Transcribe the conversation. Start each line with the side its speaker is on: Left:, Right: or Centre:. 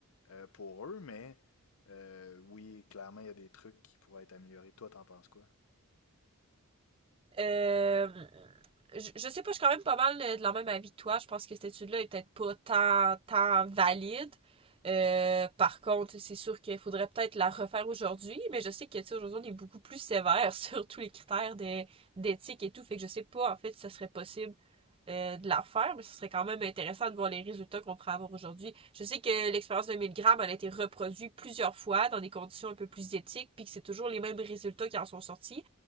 Left: euh, pour eux, mais euh, oui, clairement, il y a des trucs qui pourraient être améliorés. Toi, t'en penses quoi?
Right: Euh, je, je sais pas, je suis quand même pas mal euh, de la même avis que toi. Je pense que cette étude-là est peut-être pas tant, tant valide. Euh, par contre, c'est sûr qu'il faudrait peut-être la refaire aujourd'hui, mais je sais que, tu sais, aujourd'hui, on est beaucoup plus sévère <laughs> sur tous les critères de- d'éthique et tout, fait que je sais pas, en fait, si ça serait possible euh, de la faire, mais ce serait quand même intéressant de voir les résultats qu'on pourrait avoir aujourd'hui. Je sais que l'expérience de 1000 grammes a été reproduite plusieurs fois dans des conditions un peu plus éthiques, puis que c'est toujours les mêmes résultats qui en sont sortis.